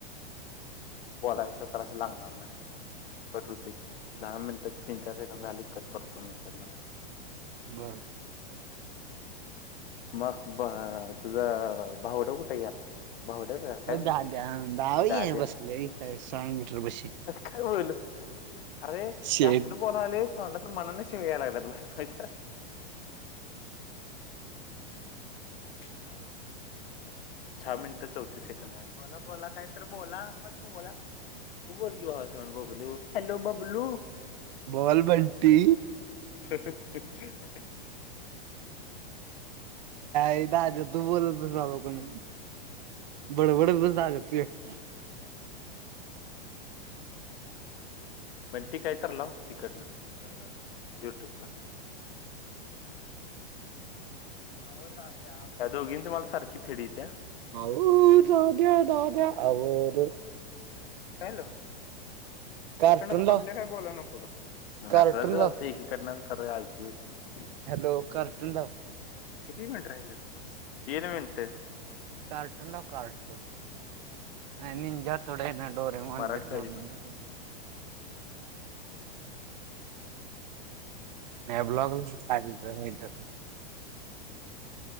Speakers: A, on the left; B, on the right.
A: बोलायच तर असं लागणार नाही कट होते दहा मिनट तीन चारशे का मिळाली कट करतो मी इकडनं.
B: बरं
A: मग भ तुझा भाऊडा कुठे गेला? भावड्याचा काय
B: हो
A: म्हणती
B: दहा द्या दहावी
A: दाद्या?
B: आहे बसले इथं सहा मीटर बशी
A: काय बोलू? अरे
B: शेट
A: कास्ल बोलाले तोंडातून मनाने शिव्या यायला लागल्यात बाहेर माझ्या. <unintelligible> चा मिनिटं चौतीस सेकंद झा बोला- बोला काय तर बोला पण बोला. तू बोल की भावासंग बबलू, हॅलो बबलू.
B: बोल बंटी.
A: <unintelligible>
B: एक दाद्या तू बोलत बस बाबा कोण, बडबडत बस दाद्या तू एकटा.
A: पण ती काहीतर लाव तिकडनं, बरं युट्यूबला. आवर दाद्या आवर, त्या दोघींच मला सारखी फेडीत्या.
B: आवर दाद्या-दाद्या आवरं.
A: हॅलो
B: कार्टून
A: तिकडंन का बाबल्या
B: लाव
A: काय बोलना. हो का
B: कार्टून
A: नसलं तर चालत
B: लाव
A: एकीकडनं खरं ऐकु येती की.
B: हॅलो कारटुन लाव.
A: किती मिनिटं राहिल्यात? दीड मिनिट.
B: कार्टून लाव कार्टून. नाही निनजा थोड येना डोरेमॉन-डोरेमॉन
A: मराठी पाहिजे पण
B: <unintelligible> नाही ब्लॉगला <unintelligible>